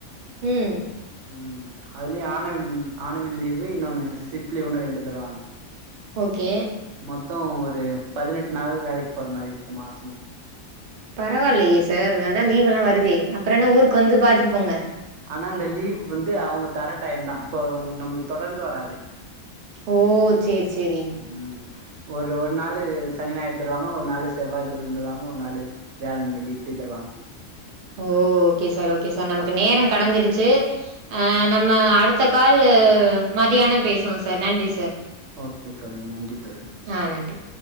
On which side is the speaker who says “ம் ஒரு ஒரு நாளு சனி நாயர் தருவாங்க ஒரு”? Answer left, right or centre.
Right